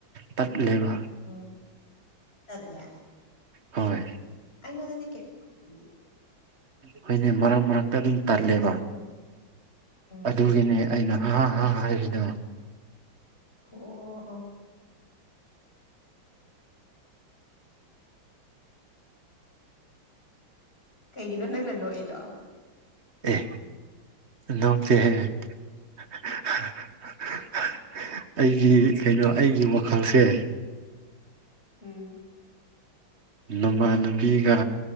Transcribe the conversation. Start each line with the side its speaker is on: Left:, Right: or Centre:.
Right: ꯇꯠꯂꯦꯕ
Left: ꯎꯝ ꯇꯠꯂꯦ
Right: ꯍꯣꯏ
Left: ꯑꯩꯉꯣꯟꯗꯗꯤ ꯀꯦꯝ ꯇꯣꯗꯤꯌꯦ
Right: ꯍꯣꯏꯅꯦ ꯃꯔꯛ ꯃꯔꯛꯇ ꯑꯗꯨꯝ ꯇꯜꯂꯦꯕ
Left: ꯎꯝ
Right: ꯑꯗꯨꯒꯤꯅꯦ ꯑꯩꯅ ꯍꯥ ꯍꯥ ꯍꯥꯏ ꯔꯤꯗꯣ
Left: ꯑꯣ ꯑꯣ ꯑꯣ ꯀꯩꯒꯤꯅꯣ ꯅꯪꯅ ꯅꯣꯛꯏꯗꯣ
Right: ꯑꯦ ꯅꯣꯛꯇꯦ ꯍꯦ ꯑꯩꯒꯤ ꯀꯩꯅꯣ ꯑꯩꯒꯤ ꯋꯥꯈꯜꯁꯦ
Left: ꯎꯝ
Right: ꯅꯨꯄꯥ ꯅꯨꯄꯤꯒ